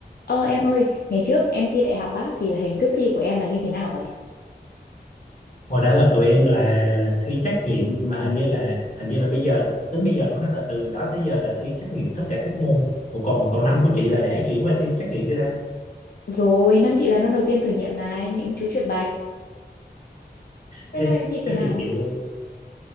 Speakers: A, on the left; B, on the left.
A: Ờ em ơi, ngày trước em thi đại học á thì là hình thức thi của em là như thế nào vậy?
B: hồi đó là tụi em là là thi trắc nghiệm mà hình như là hình như là bây giờ đến bây giờ luôn đó là từ đó tới giờ là thi trắc nghiệm tất cả các môn Ủa còn còn năm của chị là đã chuyển qua thi trắc nghiệm chưa ta
A: Rồi, năm chị là năm đầu tiên thử nghiệm này, những chú chuột bạch. Thế
B: thế
A: năm em thi thế
B: thế
A: nào?
B: thì kiểu